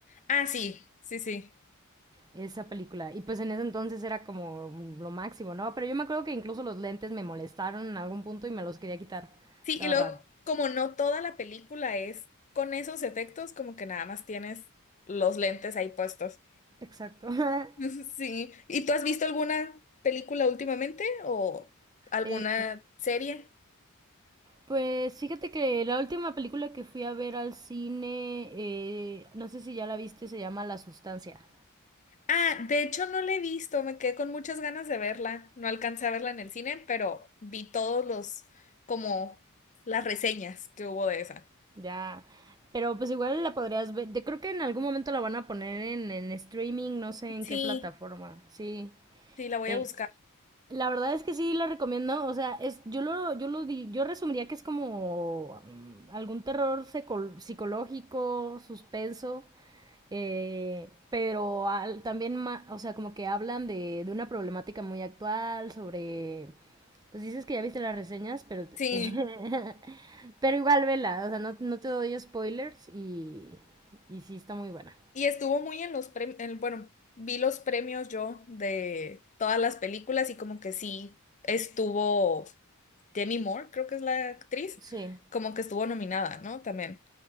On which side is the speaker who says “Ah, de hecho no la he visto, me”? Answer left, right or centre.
Left